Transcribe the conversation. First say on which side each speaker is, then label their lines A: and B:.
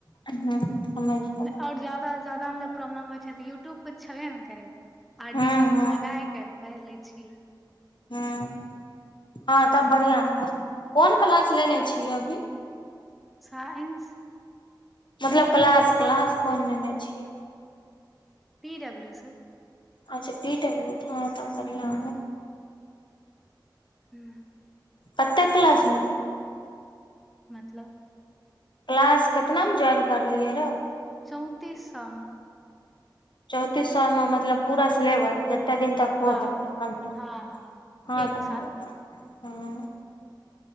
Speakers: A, on the left; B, in the centre.
A: हँ समझ गेलौ
B: आओर ज्यादा ज्यादा प्रॉब्लम होइ छै तऽ यूट्यूब पर छेबे ने करै आर
A: हँ
B: डी शर्मा
A: हँ
B: मे मगाायके पहिर लए छियै
A: ह्म्म हँ तब बढ़िआँ हत कोन क्लास लेने छियै अभी
B: साइन्स
A: मतलब क्लास क्लास कोन लेने छियै
B: पी डब्लू स
A: अच्छा पी टबल ह तऽ बढ़िआँ
B: हू
A: कतेक क्लास मिल
B: मतलब
A: क्लास कितनामे ज्वाइन करलियै र
B: चौंती साम
A: चौतीस सए मे मतलब पूरा लेब दिन तक होत
B: हँ
A: अपने कम्प्लीट
B: हँ हँ
A: हँ
B: एक
A: त
B: साल
A: ब आँ